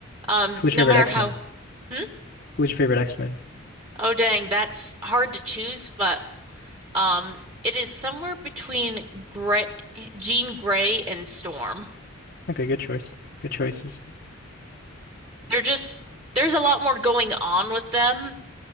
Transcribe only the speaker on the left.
Who's
your
favorite X-Men?
Who's your favorite X-Men?
Okay, good choice. Good choices.